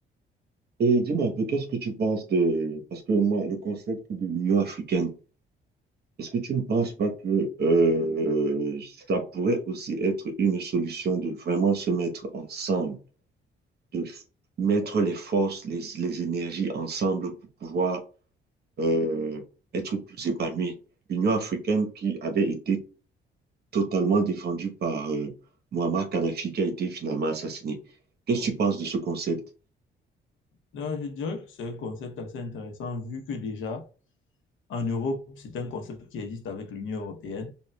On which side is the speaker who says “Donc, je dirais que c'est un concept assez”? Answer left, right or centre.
Left